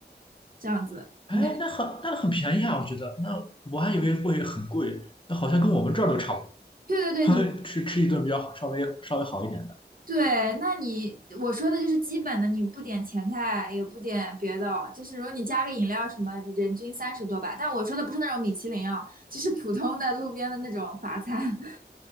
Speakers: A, on the right; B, on the left.
A: 这样子，
B: 哎，
A: 应该。
B: 那很那很便宜啊，我觉得。那我还以为会很贵，那好像跟我们这儿都差不多。
A: 对对对，
B: <laughs>
A: 你
B: 吃吃一顿比较稍微稍微好一点。
A: 对，那你我说的就是基本的，你不点前菜，也不点别的哦，就是如果你加个饮料什么，人均三十多吧。但我说的不是那种米其林啊，就是普通的路边的那种法餐。